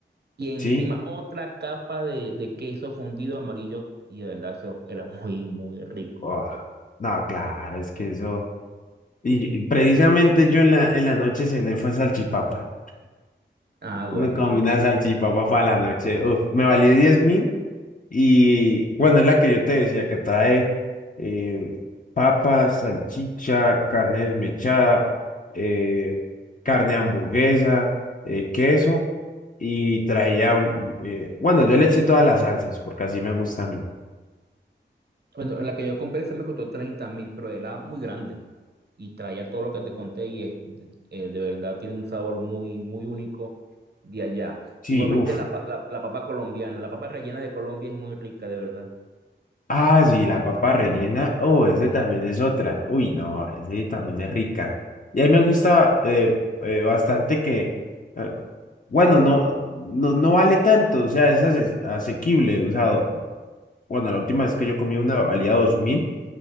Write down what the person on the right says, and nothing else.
Y encima
otra capa de, de queso fundido amarillo y de verdad eso era muy, muy rico.
Ah, bueno,
fíjate.
Bueno, la que yo compré se me costó treinta mil, pero era muy grande y traía todo lo que te conté y es, eh, de verdad tiene un sabor muy, muy único de allá.
Igualmente
la, pa- la, la papa colombiana, la papa rellena de Colombia es muy rica, de verdad.